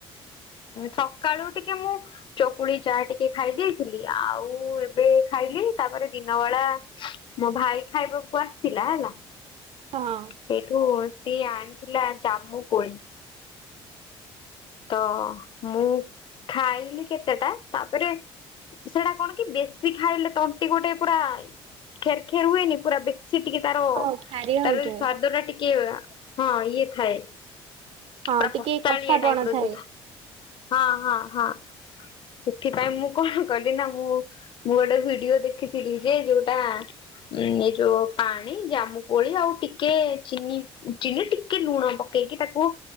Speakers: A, on the left (about 50°); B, on the right (about 60°).
A: ସକାଳୁ ଉଠିକି ମୁଁ ଚକୁଳି ଚା ଟିକେ ଖାଇ ଦେଇଥିଲି ଆଉ ଏବେ ଖାଇଲି ତାପରେ ଦିନ ବଳା ମୋ ଭାଇ ଖାଇବାକୁ ଆସିଥିଲା ହେଲା।
B: ହଁ।
A: ସେଇଠୁ ସିଏ ଆଣିଥିଲା ଜାମୁ କୋଳି। ତ ମୁଁ ଖାଇଲି କେତେଟା ତାପରେ ସେଟା କଣ କି ବେଶୀ ଖାଇଲେ ତଣ୍ଟି ଗୋଟେ ପୁରା ଖେର ଖେର ହୁଏନି ପୁରା ବେଶୀ ସେ ଟିକେ ତାର
B: ହଉ ଖାରିଆ
A: ତାର
B: ହେଇଯାଏ
A: ସ୍ଵାଦ ଟା ଟିକେ ହଁ ଇଏ ଥାଏ।
B: ହଁ
A: ପୁରା
B: ଟିକେ
A: ପଶାଳିଆ
B: କଷା ପଣ
A: ଟାଇପ ର
B: ଥାଏ।
A: ଜୁ ହଁ ହଁ ହଁ। ସେଥିପାଇଁ ମୁଁ କଣ କଲି ନା ମୁଁ ମୁଁ ଗୋଟେ ଭିଡିଓ ଦେଖିଥିଲି ଯେ ଯୋଉଟା। ଉ ଏ ଯୋଉ ପାଣି ଜାମୁକୋଳି ଆଉ ଟିକେ ଚିନି ଚିନି ଟିକେ ଲୁଣ। ପକେଇକି ତାକୁ